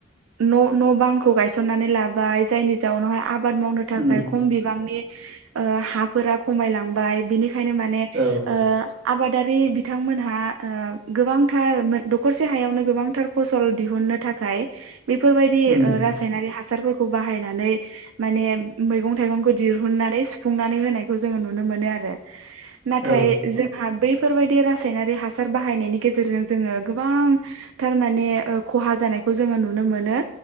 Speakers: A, on the right (about 75°); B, on the right (about 60°).
A: न' न' बांखौ गायसननानै लाबाय जायनि जाउनावहाय आबाद मावनो थाखाय
B: उम
A: खम बिबांनि ओ हाफोरा खमायलांबाय बिनिखायनो म माने
B: औ
A: ओ आबादारि बिथांमोनहा ओ गोबांथार मो दखरसे हायावनो गोबांथार फसल दिहुननो थाखाय बेफोरबायदि
B: उम
A: ओ रासायनारि हासारफोरखौ बाहायनानै माने मैगं थाइगंखौ दिहुननानै सुफुंनानै होनायखौ जोङो नुनो मोनो आरो। नाथाय
B: औ
A: जोंहा बैफोरबायदि रासायनारि हासार बाहायनायनि गेजेरजों जोङो गोबां थारमाने ओ खहा जानायखौ जोङो नुनो मोनो